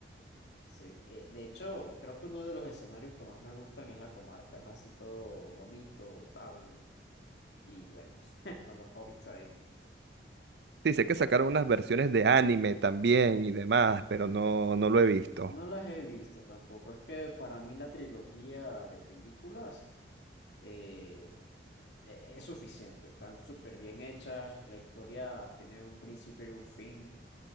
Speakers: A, on the left; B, on the right.
A: Sí, eh, de hecho, creo que uno de los escenarios que más me gustan es la comarca. Es así todo bonito, tal. Y bueno, <laughs> con los hobbits ahí.
B: Sí, sé que sacaron unas versiones de anime también y demás, pero no, no lo he visto.
A: No las he visto tampoco. Es que para mí la trilogía de películas eh, eh, es suficiente. Están súper bien hechas. La historia tiene un principio y un fin.